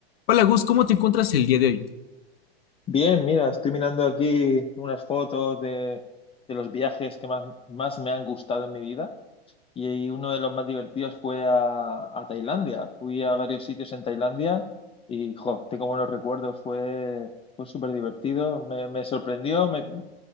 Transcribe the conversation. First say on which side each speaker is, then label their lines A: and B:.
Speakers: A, on the left (about 70°); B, on the left (about 20°).
A: Hola Gus, ¿cómo te encuentras el día de hoy?
B: Bien, mira, estoy mirando aquí unas fotos de, de los viajes que más, más me han gustado en mi vida y uno de los más divertidos fue a, a Tailandia. Fui a varios sitios en Tailandia y, jo, tengo buenos recuerdos, fue, fue súper divertido, me, me sorprendió me-